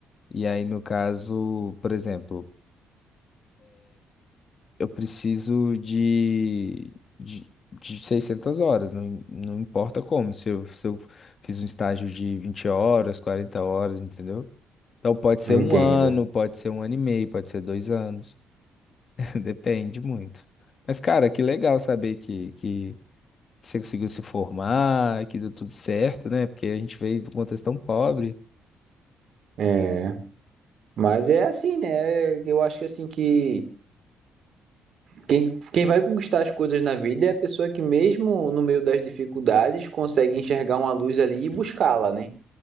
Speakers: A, on the left; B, on the right.
A: E aí, no caso, por exemplo, eu preciso de, de, de 600 horas, não, não importa como, se eu, se eu fiz um estágio de 20 horas, 40 horas, entendeu? Então, pode ser
B: Entendo.
A: um ano, pode ser um ano e meio, pode ser dois anos, <laughs> depende muito. Mas, cara, que legal saber que, que você conseguiu se formar, que deu tudo certo, né? Porque a gente veio de um contexto tão pobre.
B: É, mas é assim, né? Eu acho que assim que quem, quem vai conquistar as coisas na vida é a pessoa que mesmo no meio das dificuldades consegue enxergar uma luz ali e buscá-la, né?